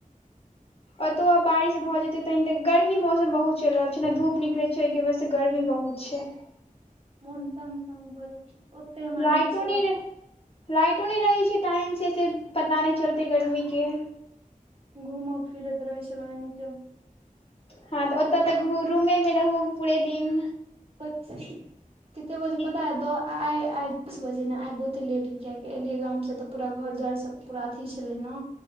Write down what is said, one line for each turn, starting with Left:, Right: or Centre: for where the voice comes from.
Left: ओतो आब बारिश भए जेते तह ते गर्मी मौसम बहुत चलि रहल छै ने धूप निकले छै छै ओहिके वजेह से गर्मी बहुत छै।
Right: मोन तंग तंग भऽ जाइ छै ओते हमरा
Left: लाइटो
Right: नीक छल।
Left: नहि रह लाइटो नहि रहै छै टाइमसँ से पता नहि चलतै गर्मीके।
Right: घूम फिरैत रहै छलहु एनीते।
Left: हँ तऽ ओतऽ तऽ घ रूमे मे रहू पूरे दिन।
Right: पक्षी। कते बजे
Left: ई
Right: पता अय आई आई दस बजे में आइ बहुते लेट किएकी एलियै गाम से त पूरा घर दु्वार सब पूरा अथी छलै ने